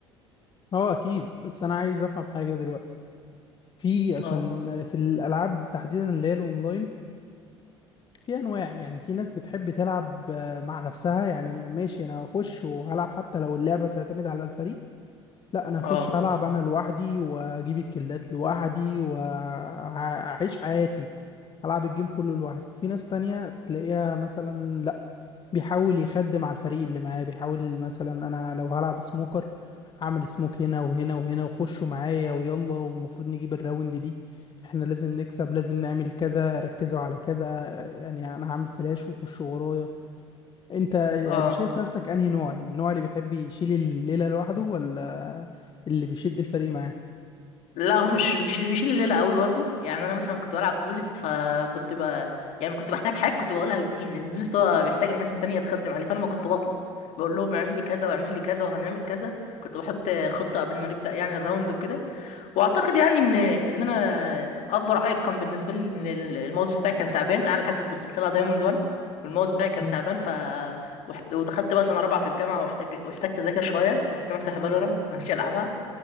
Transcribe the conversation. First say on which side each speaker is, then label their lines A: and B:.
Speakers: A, on the left (about 30°); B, on the left (about 50°).
A: أه أكيد بس أنا عايز أفهم حاجة دلوقتي في عشان
B: اه
A: في الالعاب تحديدا اللي هي الاونلاين في انواع يعني في ناس بتحب تلعب آه، مع نفسها يعني ماشي انا هخش وهلعب حتى لو اللعبه تعتمد على الفريق لا انا هخش
B: اه
A: هلعب انا لوحدي واجيب الكلات لوحدي واعيش حياتي العب الجيم كله لوحدي وفي ناس تانية تلاقيها مثلا لا بيحاول يخدم على الفريق اللي معاه بيحاول مثلا انا لو هلعب سموكر اعمل سموك هنا وهنا وهنا وخشوا معايا ويلا ومفروض نجيب الراوند دي احنا لازم نكسب لازم نعمل كذا ركزوا على كذا يعني انا هعمل فلاش وخشوا ورايا انت
B: اه
A: يعني شايف نفسك انهي نوع النوع اللي بيحب يشيل الليلة لوحده ولا اللي بيشد الفريق معاه
B: لا هو مش مش اللي بيشيل الليله قوي برضو يعني انا مثلا كنت بلعب دولست فكنت ب يعني كنت بحتاج حاجه كنت بقولها للتيم لان دولست هو بيحتاج الناس التانية تخدم عليه فانا ما كنت بطلب بقول لهم اعمل لي كذا واعمل لي كذا وهنعمل كذا كنت بحط خطه قبل ما نبدا يعني الراوند وكده واعتقد يعني ان ان انا اكبر عائق كان بالنسبه لي ان ال- الماوس بتاعي كان تعبان اعلى حاجه كنت وصلت لها دايموند 1 والماوس بتاعي كان
A: مم.
B: تعبان ف وحت- ودخلت بقى سنه رابعه في الجامعه واحتاج واحتجت اذاكر شويه رحت ماسح فالورانت <laughs> ومش العبها